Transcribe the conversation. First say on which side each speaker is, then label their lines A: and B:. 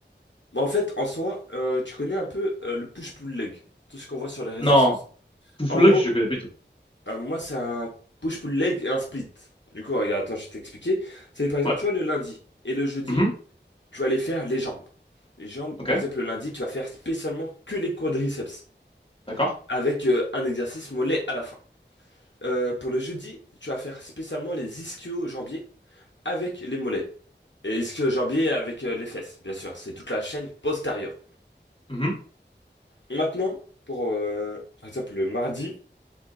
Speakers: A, on the left (about 75°); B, on the left (about 30°).
A: Mais en fait, en soi, euh, tu connais un peu euh, le push-pull leg, tout ce qu'on voit sur les réseaux
B: Non,
A: sociaux.
B: full
A: En gros,
B: leg, je connais pas du tout.
A: euh, moi, c'est un push-pull leg et un split. Du coup, regarde, attends, je vais t'expliquer. C'est par exemple,
B: Ouais.
A: tu vois, le lundi et le jeudi,
B: Mhm.
A: tu vas aller faire les jambes. Les jambes,
B: Ok.
A: par exemple, le lundi, tu vas faire spécialement que les quadriceps,
B: D'accord.
A: avec euh, un exercice mollet à la fin. Euh, pour le jeudi, tu vas faire spécialement les ischio-jambiers avec les mollets. Et ischio-jambiers avec euh, les fesses, bien sûr. C'est toute la chaîne postérieure.
B: Mhm.
A: Maintenant, pour euh, par exemple le mardi,